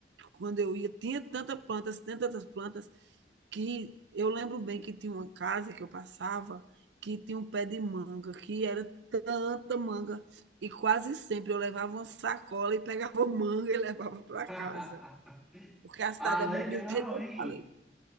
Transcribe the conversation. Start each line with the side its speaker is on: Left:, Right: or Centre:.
Right: quando eu ia, tinha tantas plantas, tinha tantas plantas, Que eu lembro bem que tinha uma casa que eu passava, que tinha um pé de manga, que era tanta manga, e quase sempre eu levava uma sacola e pegava <laughs> manga e levava para
Centre: <laughs>
Right: casa, porque a cidade
Centre: Ah,
Right: é muito
Centre: legal,
Right: do jeito que
Centre: hein?
Right: eu falei.